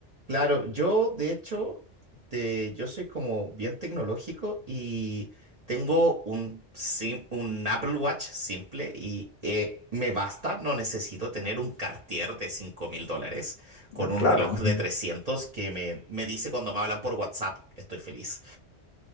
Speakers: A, on the right; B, on the left.
A: Claro, yo de hecho, te- yo soy como bien tecnológico y tengo un, sim- un Apple Watch simple y eh, me basta, no necesito tener un Cartier de cinco mil dólares con
B: Ah,
A: un
B: Claro,
A: reloj de
B: <laughs>
A: 300 que me, me dice cuando me hablan por WhatsApp, estoy feliz.